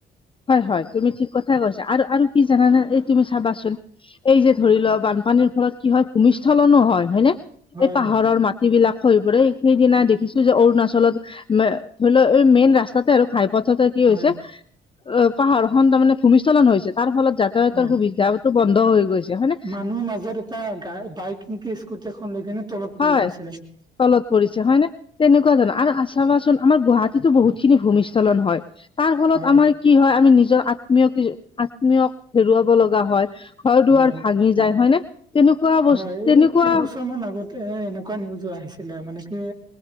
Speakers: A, on the left (about 25°); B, on the right (about 20°).
A: হয় হয় তুমি ঠিক কথাই কৈছা আৰু আৰু কি জানানে এই তুমি চাবাচোন এই যে ধৰি লোৱা বানপানীৰ ফলত কি হয় ভূমস্থলনো হয় হয়নে
B: হয়
A: এই পাহাৰৰ
B: হয়
A: মা যিবিলাক খহি পৰে সেইদিনা দেখিছো যে অৰুণাচলত ধৰি লও এই মেইন ৰাস্তাতে আৰু ঘাইপথতে কি হৈছে
B: হয়
A: অ পাহাৰ খন তাৰমানে ভূমিস্থলন হৈছে তাৰ ফলত যাতায়াতৰ
B: হয়
A: সুবিধা বন্ধ হৈ গৈছে হয় নে
B: মানুহৰ মাজত এটা গা বাইক নেকি স্কুটি এখন লৈ কিনে তলত
A: হয়
B: পৰি গৈছিলে সি
A: তলত পৰিছে হয় নে তেনেকুৱা ধৰণৰ আৰু আ চাবাচোন আমাৰ গুৱাহাটীতো বহুত খিনি ভূমিস্থখলন হয় তাৰ ফলত
B: হয়
A: আমাৰ কি হয় আমি নিজৰ আত্মীয়ক আত্মীয়ক হেৰুৱাব লগা হয় ঘৰ দুৱাৰ
B: হয়
A: ভাঙি যায় হয়নে তেনেকুৱা বস্তু
B: হয়!
A: তেনেকুৱা
B: এই কেইবছৰমান আগতে এনেকুৱা নিউজো আহিছিলে, মানে কি